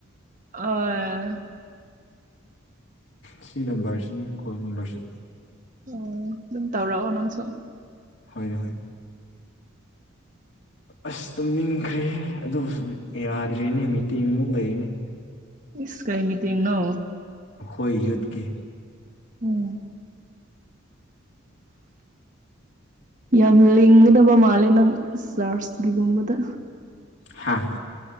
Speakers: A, on the right (about 40°); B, on the left (about 55°).
A: ꯑꯥ
B: ꯁꯤ ꯅꯝꯕꯔꯁꯤꯅꯤ ꯀꯣꯜ ꯅꯝꯕꯔꯁꯨ
A: ꯑꯣ ꯑꯗꯨꯝ ꯇꯧꯔꯛꯑꯣ ꯅꯪꯁꯨ
B: ꯍꯣꯏꯅꯦ ꯍꯣꯏ ꯑꯁ ꯇꯨꯝꯅꯤꯡꯈ꯭ꯔꯦꯍ ꯑꯗꯨ ꯌꯥꯗ꯭ꯔꯦꯅꯦ ꯃꯤꯇꯦꯡ ꯑꯃꯨꯛ ꯂꯩꯔꯤꯅꯦ
A: ꯏꯁ ꯀꯩ ꯃꯤꯇꯤꯡ ꯅꯣ
B: ꯑꯩꯈꯣꯏ ꯌꯨꯠꯀꯤ
A: ꯎꯝ
B: <unintelligible> <inaudible>
A: ꯌꯥꯝ ꯂꯤꯡꯒꯗꯕ ꯃꯥꯜꯂꯦ ꯅꯪ ꯆꯔꯆꯀꯤꯒꯨꯝꯕꯗ
B: ꯍꯥꯥ